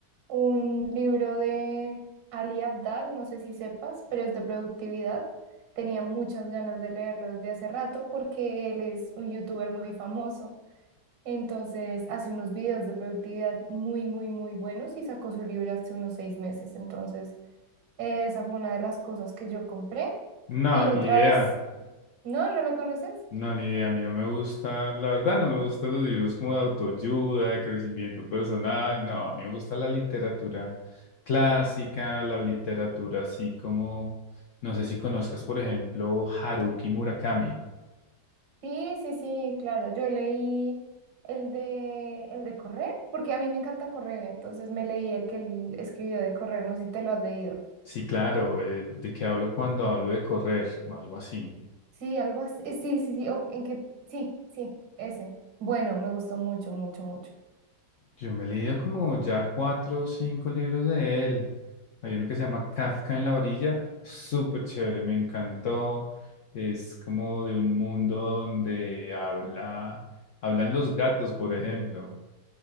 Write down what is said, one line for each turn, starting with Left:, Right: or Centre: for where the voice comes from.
Right: un libro de Ali Abdal, no sé si sepas, pero es de productividad. Tenía muchas ganas de leerlo desde hace rato porque él es un youtuber muy famoso. Entonces hace unos videos de productividad muy, muy, muy buenos y sacó su libro hace unos seis meses. Entonces esa fue una de las cosas que yo compré.
Left: No,
Right: Y otras,
Left: ni idea.
Right: no, ¿no lo conoces?
Left: No, ni idea, a mí no me gusta, la verdad no me gustan los libros como de autoayuda, de crecimiento personal, no, a mí me gusta la literatura clásica, la literatura así como, no sé si conozcas, por ejemplo, Haruki Murakami.
Right: Sí, sí, sí, claro. Yo leí el de, el de correr, porque a mí me encanta correr, entonces me leí el que él escribió de correr, no sé si te lo has leído.
Left: Sí, claro, eh, ¿de qué hablo cuando hablo de correr? Algo así.
Right: Sí, algo así. eh, Sí, sí, sí, o en que, sí, sí, ese. Bueno, me gustó mucho, mucho, mucho.
Left: Yo me he leído como ya cuatro o cinco libros de él. Hay uno que se llama Kafka en la orilla, súper chévere, me encantó. Es como de un mundo donde habla, hablan los gatos, por ejemplo.